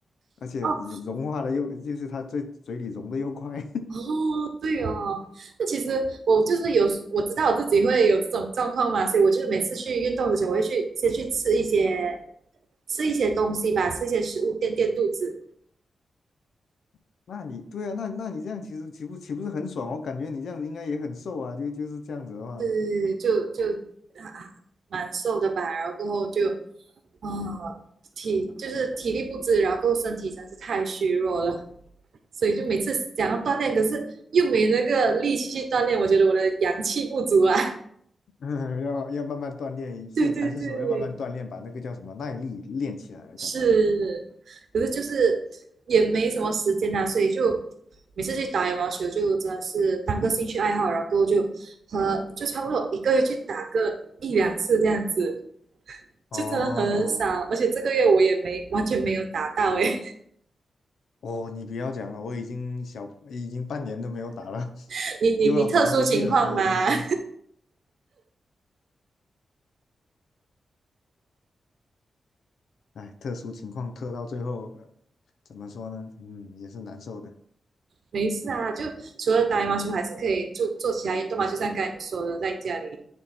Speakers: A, on the right; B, on the left.
A: <laughs>
B: 而且融融化的又就是它嘴嘴里融的又快，
A: 哦，哦，对哦，那其实我就是有时，我知道我自己会有这种状况嘛，所以我就是每次去运动之前，我会去先去吃一些吃一些东西吧，吃一些食物垫垫肚子，
B: <laughs> 那你对啊，那那你这样其实岂不岂不是很爽？我感觉你这样子应该也很瘦啊，就就是这样子的话，
A: 对，就就啊啊蛮瘦的吧，然后过后就啊体就是体力不支，然后过后身体真是太虚弱了，所以就每次想要锻炼，可是又没那个力气去锻炼，我觉得我的阳气不足啊，
B: <laughs> 要要慢慢锻炼，
A: <laughs>
B: 就还是说要慢慢锻炼，
A: 对对对，
B: 把那个叫什么耐力练起来的感觉。
A: 是，可是就是也没什么时间啊，所以就每次去打羽毛球就真的是当个兴趣爱好，然后就和就差不多一个月去打个一两次这样子，
B: 哦，
A: 就真的很少。而且这个月我也没完全没有打到诶，
B: 哦，你不要讲了，我已经小，已经半年都没有打了，
A: <laughs>
B: <laughs>
A: 你你你特殊情况吗？
B: 又要还回去了所有东西。
A: <laughs>
B: 哎，特殊情况特到最后，呃，怎么说呢？嗯，也是难受的。
A: 没事啊，就除了打羽毛球，还是可以做做其他运动嘛，就像刚才你说的，在家里